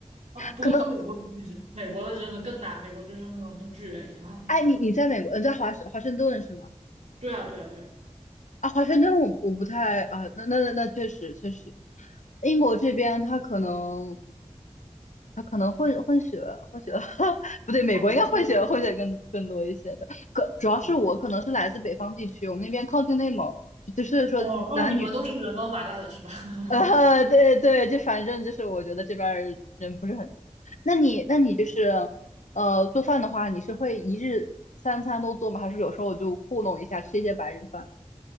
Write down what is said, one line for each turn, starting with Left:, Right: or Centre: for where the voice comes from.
Right: 哦，不过跟美国比其实，
Left: 可能
Right: 美国的真的更大，美国就是那种跟巨人一样，
Left: 哎，你你在美国，呃，在华盛华盛顿是吗？
Right: 对啊对啊对啊，
Left: 啊，华盛顿我我不太啊，那那那那确实确实，英国这边他可能他可能混混血混血，<laughs> 不对，美国应该混血混血更更多一些的。
Right: 哦也对可能，
Left: 可主要是我可能是来自北方地区，
Right: 嗯
Left: 我们那边靠近内蒙，就所以说就是男女
Right: 哦哦，你们都是人高马大的是吧？<laughs>
Left: 呃，对对，就反正就是我觉得这边儿人不是很多。那你那你就是呃做饭的话，你是会一日三餐都做吗？还是有时候就糊弄一下吃一些白人饭？